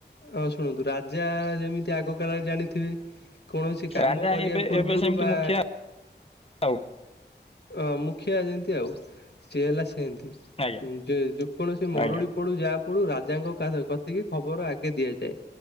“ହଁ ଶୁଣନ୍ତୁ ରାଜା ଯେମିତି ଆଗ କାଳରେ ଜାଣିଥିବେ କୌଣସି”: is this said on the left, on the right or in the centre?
Left